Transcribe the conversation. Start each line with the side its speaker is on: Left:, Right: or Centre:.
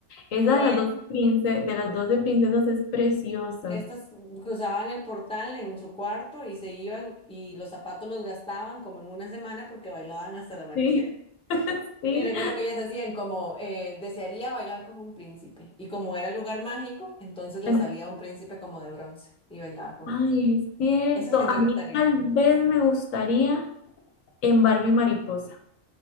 Left: Esa
Centre: Como
Left: de
Centre: ellas,
Left: las 12 prince- de las 12 princesas es preciosa.
Centre: estas cruzaban el portal en su cuarto y se iban y los zapatos los gastaban como en una semana porque bailaban hasta el amanecer.
Left: Sí, sí.
Centre: Y recuerdo que ellas decían como eh, desearía bailar con un príncipe y como era el lugar mágico, entonces le
Left: En-
Centre: salía un príncipe como de bronce y bailaba con
Left: Ay,
Centre: ellas.
Left: es cierto.
Centre: Eso siento
Left: A mí
Centre: que estaría
Left: tal
Centre: bien.
Left: vez me gustaría en Barbie Mariposa,